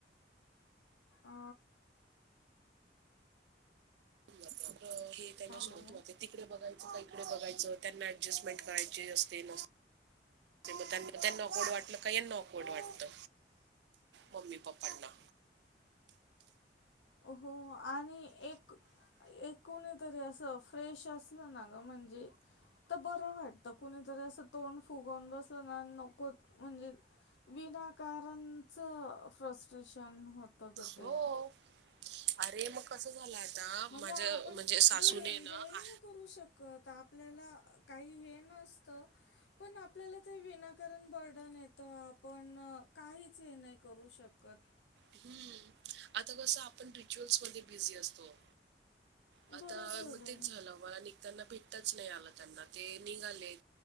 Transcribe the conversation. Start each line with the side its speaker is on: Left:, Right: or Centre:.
Left: अ
Right: होऊन जातं. <inaudible> तिकडे
Left: हॅलो
Right: बघायच च इकडे बघायचं! त्यांना ऍडजस्टमेंट करायची असते, नसते. मं त्यांना, त्यांना ऑकवर्ड वाटलं की यांना ऑकवर्ड वाटतं. मम्मी-पप्पांना
Left: हो हो, आणि एक एक कुणीतरी असं फ्रेश असलं ना ग... म्हणजे तर बरं वाटतं! कुणीतरी असं तोंड फुगवून बसलं ना, नको, म्हणजे विनाकारणचं फ्रस्ट्रेशन होत गं
Right: हो
Left: ते.
Right: अरे, मग कसं झालं? आता
Left: म्हणजे,
Right: माझ्या
Left: आपण
Right: म्हणजे सासूने
Left: धड एन्जॉयही
Right: ना
Left: नाही करू शकत. आपल्याला अ-काही हे नसतं, पण आपल्याला ते विनाकारण बर्डन येतं. आपण काहीच हे नाही करू शकत.
Right: हम्म. आता कसं, आपण रिच्युअल्स मध्ये बिझी असतो. आता,
Left: बरोबर
Right: मग
Left: आहे
Right: तेच झालं, मला निघताना भेट तच नाही आला त्यांना, ते निघाले,